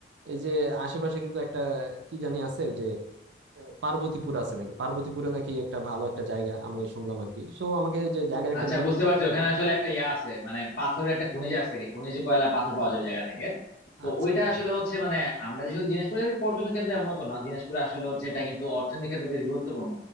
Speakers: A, on the right (about 75°); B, on the left (about 60°).
A: এই যে আশেপাশে কিন্তু একটা কি জানি আছে যে আহ, পার্বতীপুর আছে নাকি পার্বতীপুরে নাকি একটা ভালো একটা জায়গা আমি শুনলাম আর কি সো আমাকে যে জায়গার একটা
B: আচ্ছা
A: লিস্ট
B: বুঝতে পারছি ওখানে আসলে একটা ইয়া আছে মানে পাথরের একটা খনিজ আছে কি খনিজ কয়লার পাথর পাওয়া যায় ওই জায়গা থেকে তো
A: আচ্ছা
B: ওইটা
A: আচ্ছা
B: আসলে হচ্ছে মানে আমরা যে শুধু দিনাজপুরে একটা পর্যটন কেন্দ্র এমন তো না দিনাজপুরে আসলে হচ্ছে এটা কিন্তু অর্থনীতির ক্ষেত্রে বেশ গুরুত্বপূর্ণ